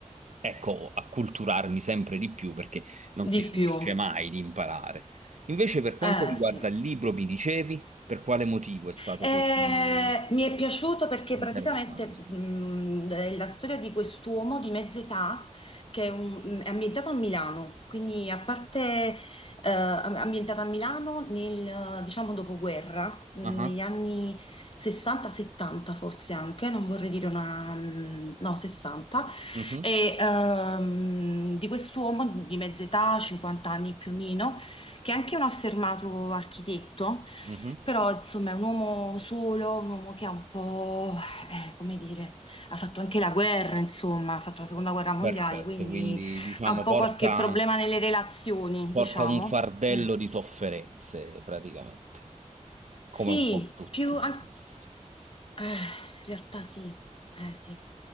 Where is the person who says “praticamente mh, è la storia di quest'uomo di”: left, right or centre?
Left